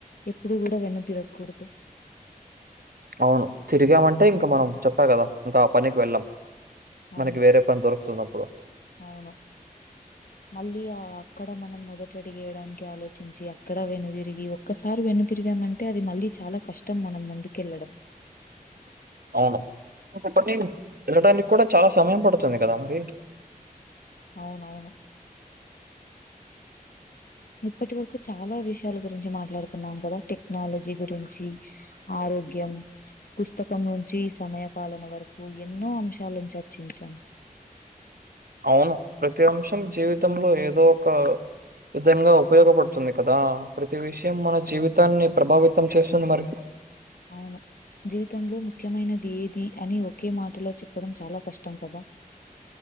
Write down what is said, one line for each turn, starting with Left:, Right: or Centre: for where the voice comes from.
Left: ఎప్పుడు కూడా వెన్ను తిరగకూడదు
Right: అవును తిరిగామంటే ఇంకా మనం చెప్పా కదా ఇంకా ఆ పనికి వెళ్ళాం
Left: అవును
Right: మనకి వేరే పని దొరుకుతుందప్పుడు
Left: అవును మళ్ళీ అక్కడ మనం మొదట అడిగేయడానికి ఆలో చర్చించి అక్కడ వెన్ను తిరిగి ఒక్కసారి వెన్ను తిరిగామంటే అది మళ్ళీ చాలా కష్టం మనం ముందుకెళ్ళడం
Right: అవును ఒక పని వెళ్ళడానికి కూడా చాలా సమయం పడుతుంది కదా మరి
Left: అవునవును ఇప్పటి వరకు చాలా విషయాల గురించి మాట్లాడుకున్నాం కదా టెక్నాలజీ గురించి ఆరోగ్యం పుస్తకం నుంచి సమయ పాలన వరకు ఎన్నో అంశాలను చర్చించాం
Right: అవును ప్రతి అంశం జీవితంలో ఏదో ఒక విధంగా ఉపయోగపడుతుంది కదా ప్రతి విషయం మన జీవితాన్ని ప్రభావితం చేస్తుంది మరి
Left: అవును జీవితంలో ముఖ్యమైనది ఏది అని ఒకే మాటలో చెప్పడం చాలా కష్టం కదా